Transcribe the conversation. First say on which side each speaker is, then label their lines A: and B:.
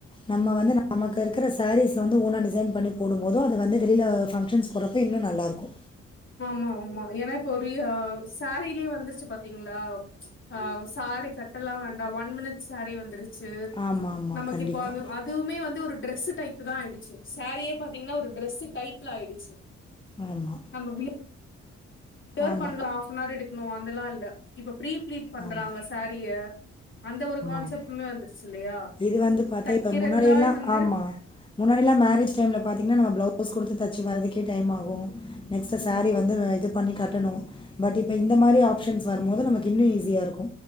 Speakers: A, on the left (about 15°); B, on the left (about 40°).
A: நம்ம வந்து நமக்கு இருக்குற சாரீஸ்ல வந்து ஓனா டிசைன் பண்ணி போடும் போது அது வந்து வெளில ஃபங்ஷன்ஸ் போற ப்போ இன்னு நல்லா இருக்கு
B: ஆமா ஆமா ஏனா இப்ப ஒரி ஆ சாரீலயே வந்துருச்சு பாத்தீங்களா ப்ச் ஆஹ சாரீ கட்டெல்லா வேண்டா ஒன் மினிட் சாரீ வந்துரு ச்சு
A: ஆமாமா.
B: நமக்கு
A: கண்டிப்பா.
B: இப்ப அது அதுவுமே வந்து ஒரு டிரெஸ்ஸு டைப்புதா ஆயிடுச்சு சாரீயே பாத் தீங்ன்னா ஒரு டிரெஸ்ஸு டைப்ல ஆயிடுச்சு
A: ஆமா
B: நம்ம வீட் வியர்
A: ஆமா,
B: பண்ண ஹாஃப்னார் எடுக்கணு அந் அதெல்லா இல்ல இப்ப பிரீ பிளீட் பண்றாங்க
A: ஆமா,
B: சேரிய அந்த ஒரு கான்செப்ட்பிட்டுமே
A: ஆமா.
B: வந்துருச்சு இல்லயா
A: இது வந்து பாத்தா
B: தெக்கரதுல்லா
A: இப்ப முன்னாடியெல்லா
B: இருந்து
A: ஆமா முன்னாடியெல்லா மேரேஜ் டைம்ல பாத்தீங்கன்னா நம்ம பிளவுஸ் குடுத்து தெச்சு வர்ரதுக்கே டைம் ஆகு நெக்ஸ்ட் சாரீ
B: ஆமா
A: வந்து இது பண்ணி கட்டணு பட் இப்ப இந்த மாரி ஆப்ஷன்ஸ் வரும்போது நமக்கு இன்னூ ஈசி உறுதியாருக்கு